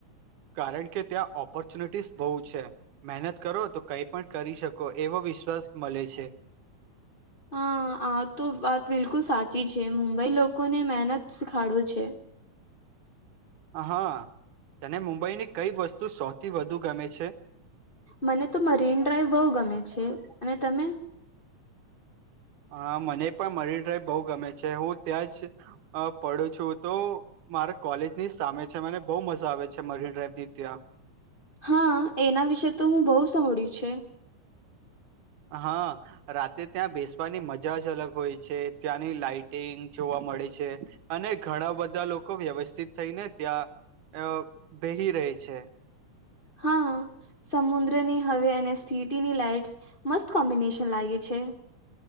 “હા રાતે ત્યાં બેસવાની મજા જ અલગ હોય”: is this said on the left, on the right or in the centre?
Right